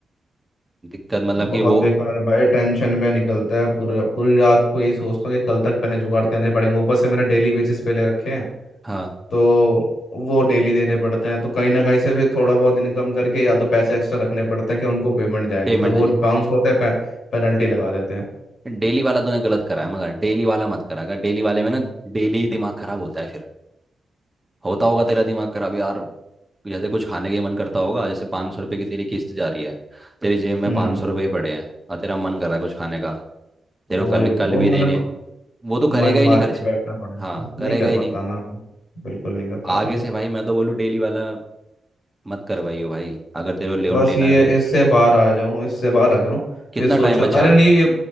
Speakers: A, on the right; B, on the left.
A: दिक्कत मतलब
B: बहुत
A: कि वो
B: बेकार है भाई टेंशन में निकलता है पूरा पूरी रात को यही सोचता हूँ कि कल तक पैसे जुगाड़ करने पड़ेंगे ऊपर से मैंने डेली बेसिस पे ले रखे हैं
A: हाँ
B: तो वो डेली देने पड़ते हैं तो कहीं ना कहीं से फिर थोड़ा बहुत इनकम करके या तो पैसे एक्स्ट्रा रखने पड़ते हैं कि उनको पेमेंट जाए नहीं
A: पेमेंट
B: तो वो
A: देनी
B: बाउंस होते हैं पेनल्टी लगा देते हैं
A: डेली वाला तूने गलत करा है मगर डेली वाला मत करा अगर डेली वाले में ना डेली ही दिमाग खराब होता है फिर होता होगा तेरा दिमाग खराब यार जैसे कुछ खाने का मन करता होगा जैसे पाँच सौ रुपये की तेरी किस्त जा रही है तेरी जेब में
B: हम्म
A: पाँच सौ रुपये ही पड़े हैं और तेरा मन कर रहा है कुछ खाने का तेरे
B: वही
A: को कल कल
B: वो
A: भी
B: मन
A: देने हैं वो तो करेगा
B: मन मार
A: ही नहीं खर्च
B: के बैठना पड़ेगा
A: हाँ करेगा
B: नहीं कर
A: ही नहीं
B: पाता ना बिल्कुल नहीं कर पाता
A: आगे से भाई मैं तो बोलूँ डेली वाला मत करवाइयो भाई अगर तेरे को लोन
B: बस
A: लेना
B: ये
A: भी है
B: इससे बाहर आ जाऊं इससे बाहर आ जाऊं
A: कितना
B: फिर सोच
A: टाइम
B: रहा
A: बचा
B: अरे
A: है
B: नहीं ये